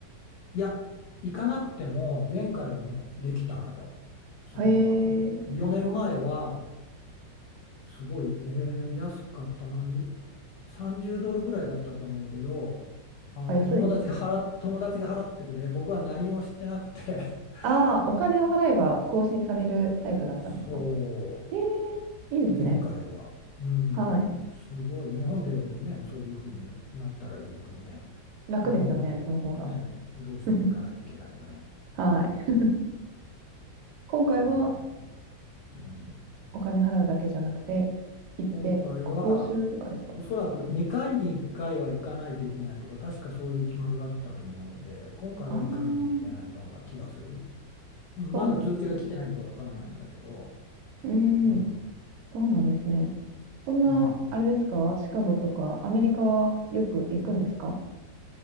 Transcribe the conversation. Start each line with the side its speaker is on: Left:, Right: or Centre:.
Left: いや、行かなくても前回はね、できたのよ。それは。
Right: へえ、
Left: 4年前は、すごい、えー安かったのに、30ドルぐらいだったと思うけど、あの、
Right: あ、安いです。
Left: 友達が払っ、友達が払ってくれて、僕は何もしてなくて、<laughs>
Right: ああ、お金を払えば更新されるタイプだったんですか
Left: そ
Right: ええ、いいですね。
Left: う、前回は。うん、
Right: はい。
Left: すごい。日本でもね、そういうふうになったらいいのにね。
Right: 楽ですよね、
Left: 日本はまね、
Right: その方が。
Left: どうしても行かないといけないよね。
Right: <laughs> はい。
Left: うん、
Right: 今回は
Left: そうなのよ。うん
Right: お金払うだけじゃなくて、行って、
Left: 今回は
Right: 講習とかですか
Left: おそらく2回に1回は行かないといけないとか確かそういう決まりがあったと思うので今回は行かないといけないような気がする、
Right: ああー、
Left: うんまだ通知が来てないんでわからないんだけど、
Right: そうなんですね。うーん、
Left: うん
Right: そうなんですね。そんな、
Left: うん、
Right: あれですかシカゴとかアメリカはよく行くんですか